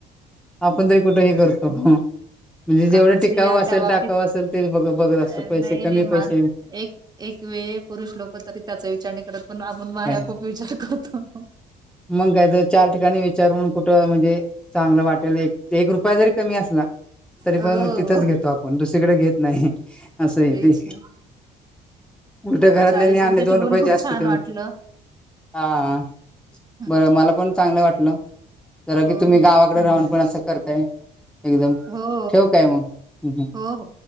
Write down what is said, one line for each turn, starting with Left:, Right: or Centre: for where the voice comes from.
Centre: आपणं तरी कुठे हे करतो म्हणजे जेवढं
Right: आपण स्त्रिया
Centre: टिकावं असेल
Right: त्या बाबतीत
Centre: टाकावं असेल तेचं बघं बघतं असतं
Right: अ,
Centre: पैसे
Right: नाही
Centre: कमी
Right: नाही मान
Centre: पैसे
Right: एक एक वेळं पुरुष लोकं तरी त्यांचं विचारणे करतं पणं आपणं बायाचं
Centre: हे.
Right: विचार करतो
Centre: मग काय तर चार ठिकाणीं विचारूंन कुठं म्हणजे चांगलं वाटेल एक रुपया जरी कमी असंला तरी
Right: हो
Centre: पणं मंग तिथंच घेतो आपणं दुसरीकडे घेतं नाहीं असं
Right: तेच
Centre: ते
Right: ना
Centre: उलट्यां घरातल्यांने
Right: चालेल तुमच्याशी
Centre: आणलें दोन
Right: बोलून
Centre: रुपये
Right: खूप
Centre: जास्तं
Right: छान
Centre: देऊंन
Right: वाटलं
Centre: हां
Right: हं,
Centre: बरं मलां पणं चांगलं वाटलं जरां
Right: हो
Centre: की तुम्हीं
Right: हो
Centre: गावांकडे
Right: धन्यवाद
Centre: राहूंन पणं असं करतांय एकदंम
Right: हो
Centre: ठेवू कायं मंग
Right: हो हो